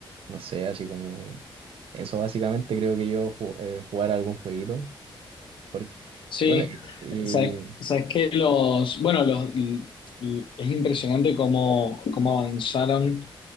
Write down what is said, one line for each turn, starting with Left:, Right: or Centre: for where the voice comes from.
Right: no sé, así como... Eso básicamente creo que yo ju- eh, jugar algún jueguito. Porque,
Left: Sí,
Right: bueno, y... y-
Left: sabes, sabes que los, bueno, los, l- l- es impresionante cómo, cómo avanzaron